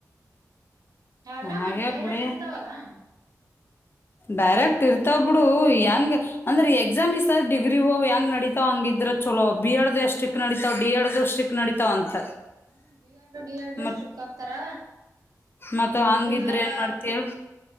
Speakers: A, on the right; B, on the left.
A: ಅವ ಎಲ್ಲಾ
B: ಹಾಗೆ
A: ಮತ್ತ್ ಡೈರೆಕ್ಟ್
B: ಬಿಡಿ
A: ಇರ್ತಾವಲ್ಲಾ.
B: ಡೈರೆಕ್ಟ್ ಇರ್ತಾವ ಬಿಡು ಹೆಂಗ್. ಅಂದ್ರೆ ಎಕ್ಸಾಮಿ ಸರ್ ಡಿಗ್ರಿ ಹ್ ಹೆಂಗ ನಡೀತಾವ ಹಂಗಿದ್ರ. ಚಲೋ ಬಿ ಎಡ್ ದ ಎಷ್ಟಿಕ್
A: ಹ್ಮ್
B: ನಡಿತಾವ ಡಿ ಎಡ್ ದಷ್ಟಿಕ್ ನಡತಾವ ಅಂತ.
A: ಹ್ಮ್ ಬಿ ಎಡ್ ಡಿ ಎಡ್
B: ಮತ್
A: ಸ್ಟ್ರಿಕ್ ಹಾಕ್ಕಾರ.
B: ಮತ್ತ
A: ಹ್ಮ
B: ಹಂಗಿದ್ರೆ
A: ಡಿಗ್ರಿವ ಎಲ್ಲ.
B: ಏನ್ ಮಾಡ್ತೀವಿ